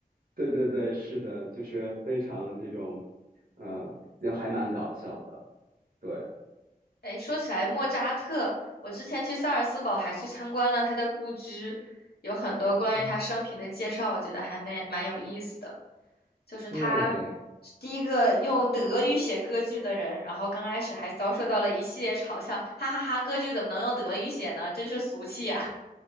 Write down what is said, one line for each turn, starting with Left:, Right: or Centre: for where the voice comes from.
Right: 对对对，是的，就是非常这种，呃，就还蛮搞笑的。对，
Left: 哎，说起来莫扎特，我之前去萨尔斯堡还去参观了他的故居，有很多关于他生平的介绍，
Right: 嗯，
Left: 我觉得还蛮蛮有意思的。就是他
Right: 对，
Left: 是第一个用德语写歌剧的人，然后刚开始还遭受到了一系列嘲笑，哈哈哈，歌剧怎么能用德语写呢？真是俗气呀。